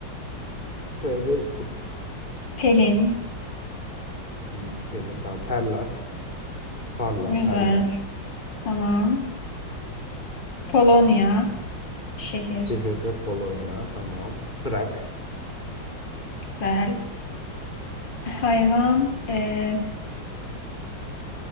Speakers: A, on the left; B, on the left.
A: P de isim.
B: Pelin.
A: Hmm, Pelin tamam. Perla. Parla,
B: Güzel.
A: Perla.
B: Tamam. Polonya. Şehir.
A: Şehirde Polonya tamam. Prag.
B: Güzel. Hayvan. e,